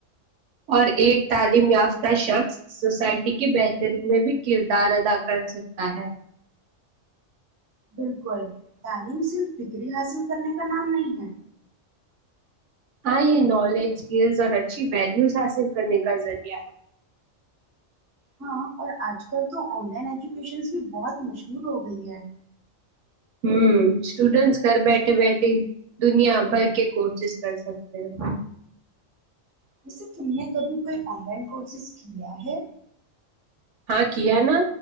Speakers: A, on the right (about 70°); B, on the right (about 20°).
A: اور ایک تعلیم یافتہ شخص سوسائٹی کی بہتری میں بھی کردار ادا کرسکتا ہے
B: بالکل تعلیم صرف ڈگری حاصل کرنے کا نام نہیں ہے
A: ہاں یہ نالج اسکلز اور اچھی ویلیوز حاصل کرنے کا ذریعہ ہے
B: ہاں اور آج کل تو آن لائن ایجوکیشنز بھی بہت مشہور ہو گئی ہے
A: ہ اسٹوڈینٹس گھر بیٹھے بیٹھے دنیا بھر کے کورسز کر سکتے ہیں
B: جیسے تم نے کبھی کوئی آن لائن کورسز کیا ہے
A: ہاں کیا نا